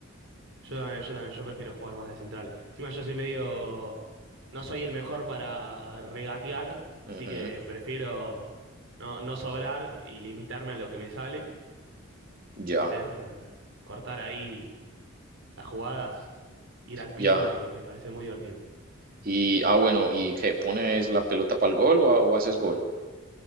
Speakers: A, on the right; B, on the right.
A: Yo también, yo también, yo prefiero jugar más de central. Encima yo soy medio, no soy el mejor para regatear, así
B: Ujú,
A: que prefiero no, no sobrar y limitarme a lo que me sale
B: Ya,
A: y meter, cortar ahí las jugadas, ir al piso
B: ya.
A: me, me parece muy divertido.
B: Y, ah, bueno, ¿y qué? ¿Pones la pelota para el gol o, o haces gol?